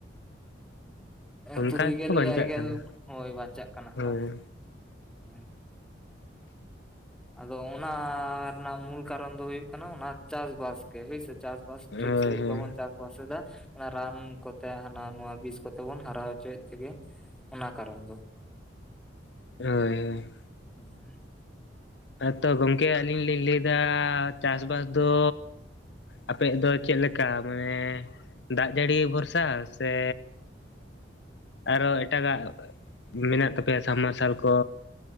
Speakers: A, on the left (about 70°); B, in the centre.
A: ᱚᱱᱠᱟ
B: ᱛᱩᱨᱩᱭ
A: ᱜᱮᱠᱚ
B: ᱜᱮᱞ ᱮᱭᱟᱭ
A: ᱵᱟᱧᱪᱟᱜ
B: ᱜᱮᱞ
A: ᱠᱟᱱᱟ
B: ᱦᱳᱭ ᱵᱟᱧᱪᱟᱜ ᱠᱟᱱᱟ
A: ᱦᱳᱭ
B: ᱠᱚ ᱦᱮᱸ᱾ ᱟᱫᱚ ᱚᱱᱟ ᱨᱮᱱᱟᱜ ᱢᱩᱞ ᱠᱟᱨᱚᱱ ᱫᱚ ᱦᱩᱭᱩᱜ ᱠᱟᱱᱟ ᱚᱱᱟ ᱪᱟᱥ ᱵᱟᱥ ᱜᱮ ᱦᱳᱭ ᱥᱮ ᱪᱟᱥ ᱵᱟᱥ
A: ᱦᱳᱭ
B: ᱴᱷᱤᱠ ᱥᱟᱹᱦᱤᱡ
A: ᱦᱳᱭ
B: ᱵᱟᱵᱚᱱ ᱪᱟᱥ ᱵᱟᱥ ᱮᱫᱟ ᱚᱱᱟ ᱨᱟᱱ ᱠᱚᱛᱮ ᱦᱟᱱᱟ ᱱᱚᱣᱟ ᱵᱤᱥ ᱠᱚᱛᱮ ᱵᱚᱱ ᱦᱟᱨᱟ ᱦᱚᱪᱚᱭᱮᱫ ᱛᱮ ᱜᱮ ᱚᱱᱟ ᱠᱟᱨᱚᱱ ᱫᱚ᱾
A: ᱦᱳᱭ ᱦᱳᱭ
B: ᱦᱩᱸ
A: ᱛᱚ ᱜᱚᱝᱠᱮ ᱟᱹᱞᱤᱧ ᱞᱤᱧ ᱞᱟᱹᱭ ᱫᱟ ᱪᱟᱥ ᱵᱟᱥ ᱫᱚ ᱟᱯᱮᱭᱟ-ᱜ ᱫᱚ ᱪᱮᱫ ᱞᱮᱠᱟ ᱢᱟᱱᱮ ᱫᱟᱜ ᱡᱟᱹᱲᱤ ᱵᱷᱚᱨᱥᱟ ᱥᱮ ᱟᱨᱚ ᱮᱴᱟᱜᱟᱜ ᱢᱮᱱᱟᱜ ᱛᱟᱯᱮᱭᱟ ᱥᱟᱢ ᱢᱟᱨᱥᱟᱞ ᱠᱚ